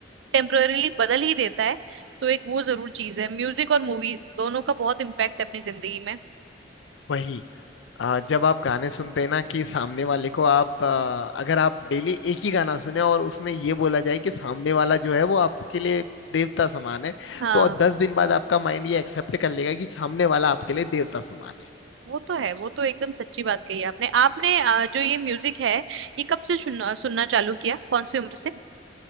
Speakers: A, on the right; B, on the left.
A: टेम्पररीली बदल ही देता है तो एक वो जरूर चीज है म्यूजिक और मूवीज दोनों का बहुत इम्पैक्ट है अपनी जिंदगी में
B: वही अ, जब आप गाने सुनते हैं ना कि सामने वाले को आप अ, अगर आप डेली एक ही गाना सुने और उसमें ये बोला जाए कि सामने वाला जो है वो आपके लिए देवता समान है
A: हाँ
B: तो दस दिन बाद आपका माइंड ये एक्सेप्ट कर लेगा कि सामने वाला आपके लिए देवता समान है
A: वो तो है वो तो एकदम सच्ची बात कही आपने आपने आ, जो ये म्यूजिक है ये कब से सुनना सुनना चालू किया कौन सी उम्र से